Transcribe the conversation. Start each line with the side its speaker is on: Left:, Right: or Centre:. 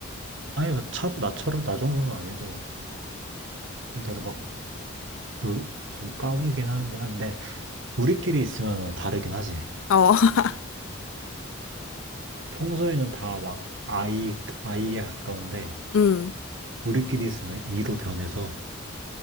Right: 아니, 뭐 차, 나처럼, 나 정도는 아니고, 다들 막, 놀- 좀 까불긴 하는데, 아, 근데, 우리끼리 있으면 다르긴 하지.
Left: 어, <laughs>
Right: 평소에는 다 막, 아이, 아이에 가까운데,
Left: 음.
Right: 우리끼리 있으면 이로 변해서